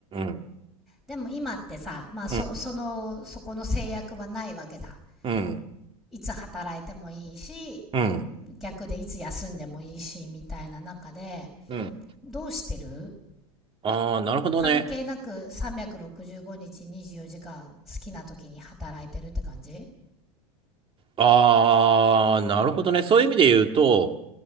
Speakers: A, on the right; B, in the centre.
A: ん。
B: でも今ってさ、まあ、そ、
A: うん。
B: その、そこの制約はないわけだ。
A: うん。
B: いつ働いてもいいし、
A: うん。
B: 逆でいつ休んでもいいし、みたいな中で、
A: うん。
B: どうしてる
A: ああ、なるほどね。
B: 関係なく365日24時間好きな時に働いてるって感じ
A: ああ、なるほどね。そういう意味で言うと、